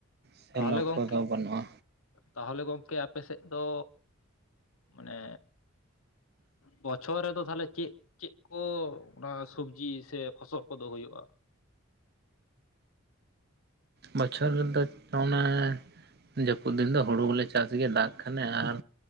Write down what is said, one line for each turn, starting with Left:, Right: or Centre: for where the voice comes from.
Right: ᱥᱮᱞᱳ
Left: ᱛᱟᱦᱚᱞᱮ ᱜᱚᱝᱠᱮ
Right: ᱠᱚᱫᱚ ᱵᱟᱹᱱᱩᱜᱼᱟ
Left: ᱛᱟᱦᱚᱞᱮ ᱜᱚᱝᱠᱮ ᱟᱯᱮ ᱥᱮᱫ ᱫᱚ ᱢᱟᱱᱮ ᱵᱚᱪᱷᱚᱨ ᱨᱮᱫᱚ ᱛᱟᱦᱚᱞᱮ ᱪᱮᱫ ᱪᱮᱫ ᱠᱚ ᱚᱱᱟ ᱥᱚᱵᱡᱤ ᱥᱮ ᱯᱷᱚᱥᱚᱞ ᱠᱚᱫᱚ ᱦᱩᱭᱩᱜᱼᱟ
Right: ᱵᱚᱪᱷᱚᱨ ᱨᱮᱫᱚ ᱚᱱᱮ ᱡᱟᱹᱯᱩᱫ ᱫᱤᱱ ᱫᱚ ᱦᱩᱲᱩ ᱜᱮᱞᱮ ᱪᱟᱥ ᱜᱮ ᱫᱟᱜ ᱠᱷᱟᱱᱮ ᱟᱨ